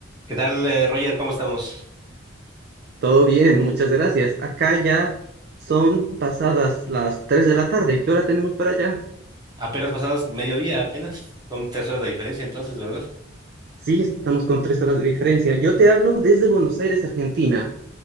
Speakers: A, on the right (about 20°); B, on the right (about 55°).
A: ¿Qué tal, eh, Roger? ¿Cómo estamos?
B: Todo bien, muchas gracias. Acá ya son pasadas las 3 de la tarde. ¿Qué hora tenemos para allá?
A: Apenas pasadas mediodía, apenas. Son tres horas de diferencia entonces, ¿verdad?
B: Sí, estamos con 3 horas de diferencia. Yo te hablo desde Buenos Aires, Argentina.